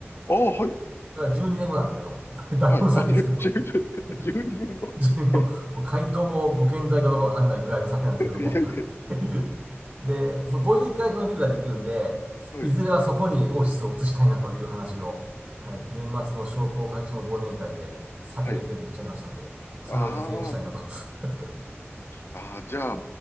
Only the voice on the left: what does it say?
ああ、はい、
はい。あ、12 12ん後。
はい。
いやいや、
はい、
はい。
ああ、
ああ、じゃあ、